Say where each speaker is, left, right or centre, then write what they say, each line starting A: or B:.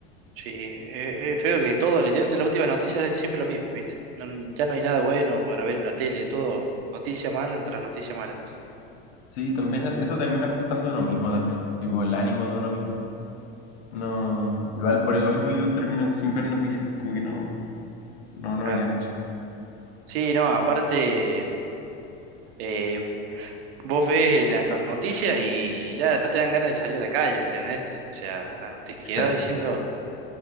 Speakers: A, on the right; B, on the left.
A: sí. Eh, eh, feo que todo, literalmente las últimas noticias es siempre lo mismo, ¿viste? No- ya no hay nada bueno para ver en la tele, es todo noticia mala tras noticia mala.
B: Sí, también e, eso termina afectando a uno mismo también. Tipo el ánimo de uno mismo. No, igual por lo mismo yo termino sin ver noticias. Como que no, no, no
A: Claro.
B: me queda
A: Sí, no, aparte, eh, vos ves las no- noticias y ya no te dan ganas de salir a la calle, ¿entendés? O sea, te
B: <laughs>
A: quedás diciendo...